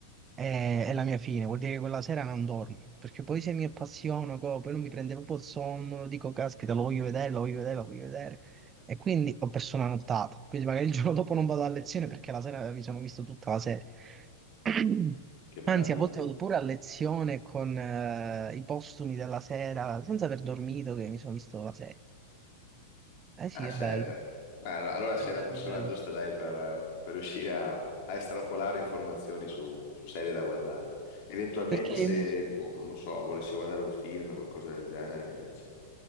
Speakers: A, on the right; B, on the left.
A: è, è la mia fine. Vuol dire che quella sera non dormo. Perché poi se mi appassiono, co, poi non mi prende proprio il sonno, dico, caspita, lo voglio vedere, lo voglio vedere, lo voglio vedere. E quindi ho perso una nottata. Quindi magari il giorno dopo non vado a lezione perché la sera mi sono visto tutta la serie. <clears throat>
B: che meraviglia.
A: Anzi, a volte vado pure a lezione con eh, i postumi della sera, senza aver dormito, che mi sono visto la serie. Eh sì,
B: Ah, sì,
A: è bello.
B: sì. Beh, allo- allora
A: È
B: sei
A: bello,
B: la persona
A: è bello.
B: giusta, dai, per, eh, per riuscire a, a estrapolare informazioni su, su serie da guardare. Eventualmente,
A: Perché
B: se,
A: mi-
B: boh, non lo so, volessi guardare un film o qualcosa del genere, invece.